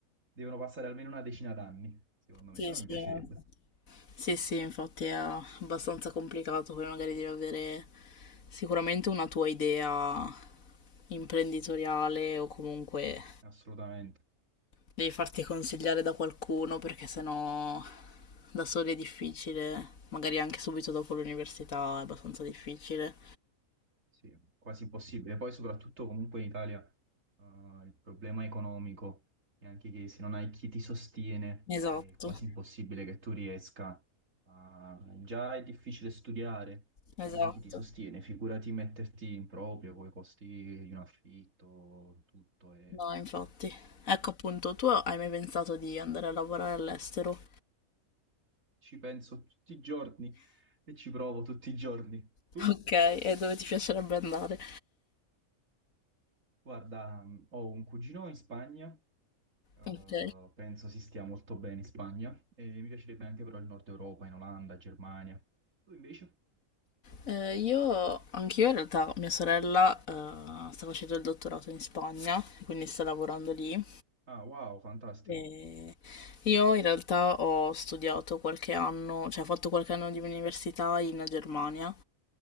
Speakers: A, on the right; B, on the left.
A: devono passare almeno una decina d'anni, secondo
B: Sì,
A: me, però
B: sì,
A: mi piacerebbe,
B: no. Sì, sì, infatti è abbastanza complicato, poi magari devi avere sicuramente una tua idea imprenditoriale o comunque
A: assolutamente.
B: Devi farti consigliare da qualcuno perché sennò da soli è difficile, magari anche subito dopo l'università è abbastanza difficile.
A: Sì, quasi impossibile. Poi soprattutto comunque in Italia eh, il problema economico è anche che se non hai chi ti sostiene
B: Esatto,
A: è quasi impossibile che tu riesca a... Già è difficile studiare,
B: esatto.
A: se non hai chi ti sostiene, figurati metterti in proprio con i costi di un affitto, tutto. E...
B: No, infatti. Ecco appunto, tu hai mai pensato di andare a lavorare all'estero?
A: Ci penso tutti i giorni e ci provo tutti i giorni. Tu,
B: <laughs> Ok, e dove ti piacerebbe andare?
A: guarda, ho un cugino in Spagna Uh,
B: Ok.
A: penso si stia molto bene in Spagna e mi piacerebbe anche però il Nord Europa, in Olanda, Germania. Tu invece?
B: Eh, io, anch'io in realtà, mia sorella eh, sta facendo il dottorato in Spagna, quindi sta lavorando lì.
A: Ah, wow, fantastico.
B: Eh, io in realtà ho studiato qualche anno, cioè ho fatto qualche anno di università in Germania